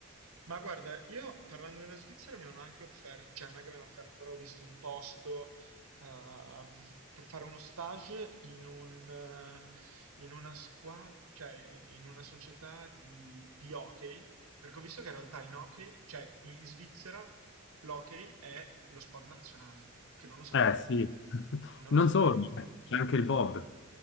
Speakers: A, on the right; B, on the left.
A: Ma guarda, io parlando della Svizzera mi hanno anche offerto, cioè non è che mi hanno offerto, però ho visto un posto ehm, per fare uno stage in un, eh, in una squadra, cioè in una società di, di hockey, perché ho visto che in realtà in hockey, cioè in, in Svizzera l'hockey è lo sport nazionale, che non lo sapevo,
B: Eh, sì. <laughs>
A: non
B: Non
A: lo sapevo.
B: solo, c'è anche il Bob.